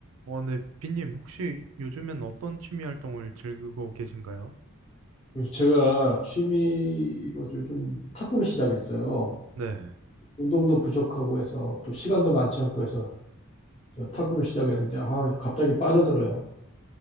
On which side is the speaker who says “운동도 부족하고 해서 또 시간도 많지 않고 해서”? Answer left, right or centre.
Left